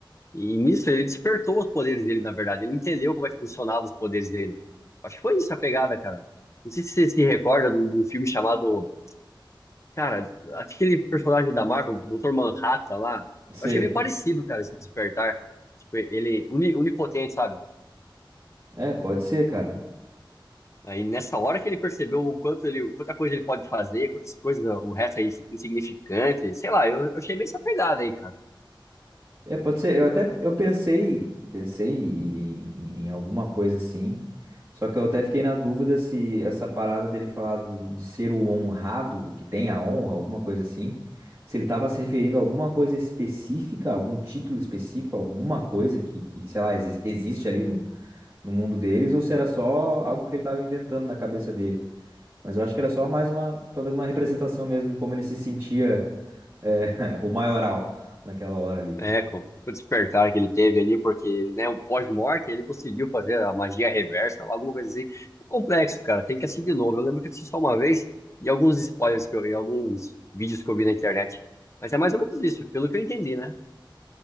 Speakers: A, on the left (about 35°); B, on the right (about 25°).
A: E nisso ele despertou os poderes dele, na verdade. Ele entendeu como é que funcionavam os poderes dele. Acho que foi isso a pegada, cara. Não sei se você se recorda de um de um filme chamado. Cara, aquele personagem da Marvel, Dr. Manhattan lá.
B: Sei.
A: Eu achei meio parecido, cara, esse despertar. Tipo, ele uni- onipotente, sabe?
B: É, pode ser, cara.
A: Aí nessa hora que ele percebeu o quanto ele, quanta coisa ele pode fazer, quantas coisas, o resto é insignificante. Sei lá, eu, eu achei bem essa pegada aí, cara.
B: É, pode ser. Eu até eu pensei, pensei em, em- em alguma coisa assim. Só que eu até fiquei na dúvida se essa parada dele falar do- de ser o honrado, o que tem a honra, alguma coisa assim, se ele estava se referindo a alguma coisa específica, algum título específico, alguma coisa que, que, sei lá, exi- existe ali no, no mundo deles, ou se era só algo que ele estava inventando na cabeça dele. Mas eu acho que era só mais uma, talvez uma representação mesmo de como ele se sentia, eh, <laughs> o maioral naquela hora ali.
A: É, com com o despertar que ele teve ali, porque, né, o pós-morte ele conseguiu fazer a magia reversa, lá, alguma coisa assim. É complexo, cara, tem que assistir de novo. Eu lembro que eu assisti só uma vez e alguns spoilers que eu vi, alguns vídeos que eu vi na internet. Mas é mais ou menos isso, pelo que eu entendi, né?